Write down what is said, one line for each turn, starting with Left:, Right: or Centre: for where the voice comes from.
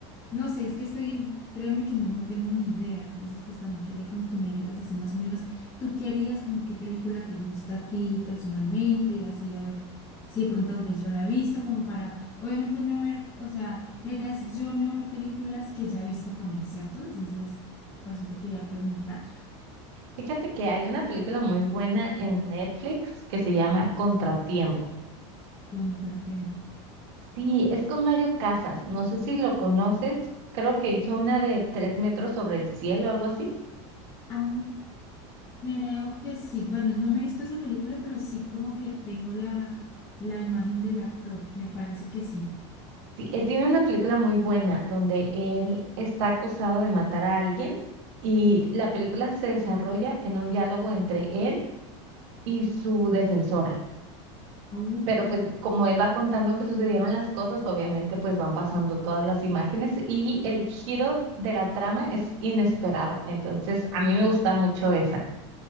Left: no sé, es que estoy, créeme que no, no tengo ni idea, entonces pues también quería como que me dijeras así más o menos, tú qué harías, como qué película te gusta a ti personalmente y así, a ver si de pronto tal vez yo la he visto, como para, obviamente no ver, o sea, la idea es yo no ver películas que ya he visto con él, ¿cierto? Entonces, por eso te quería preguntar,
Right: Fíjate que hay una película muy buena en Netflix que se llama Contratiempo.
Left: contratiempo.
Right: Sí, es con Mario Casas. No sé si lo conoces. Creo que hizo una de Tres metros sobre el cielo, algo así.
Left: Ah, Creo que sí. Bueno, no me he visto esa película, pero sí como que tengo la, la imagen del actor. Me parece que sí.
Right: Sí, él tiene una película muy buena donde él está acusado de matar a alguien y la película se desarrolla en un diálogo entre él y su defensora.
Left: Ok.
Right: Pero pues como él va contando que sucedieron las cosas, obviamente pues van pasando todas las imágenes y el giro de la trama es inesperado. Entonces a mí me gusta mucho esa.